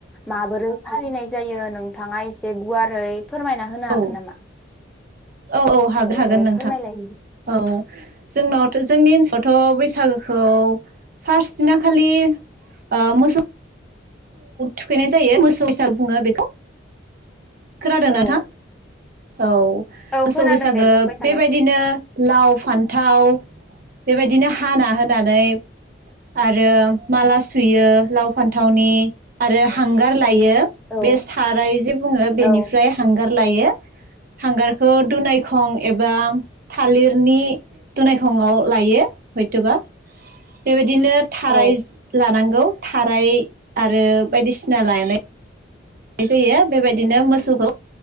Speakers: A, in the centre; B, on the right.
A: माबोरै फालिनाय जायो नोंथाङा एसे गुवारै फोरमायना होनो हागोन
B: औ
A: नामा
B: औ औ हागोन हागोन
A: दे
B: नोंथां
A: फोरमायलाय
B: औ जोंनावथ जोंनि ओनसोल थ बैसागोखौ फार्स्ट दिना खालि ओ मोसौ थुखैनाय जायो मोसौ हिसाग बुंङो बेखौ खोनादों
A: औ
B: ना थां औ
A: औ
B: मोसौ
A: खोनादों
B: बैसागो
A: दे बुंबाय थालाय
B: बेबायदिनो लाव फान्थाव बेबायदिनो हाना होनानै आरो माला सुयो लाव फान्थावनि आरो हांगार दायो
A: औ
B: बे साराय जे बुंङो बेनिफ्राय
A: औ
B: हांगार लायो यो हांगारखौ दुनायखं एबा थालिरनि दुनायखंआव लायो हयत'बा बेबायदि दिनो थारायज
A: औ
B: लानांगौ थाराय आरो बायदिसिना लायनाय जायो बेबायदिनो मोसौखौ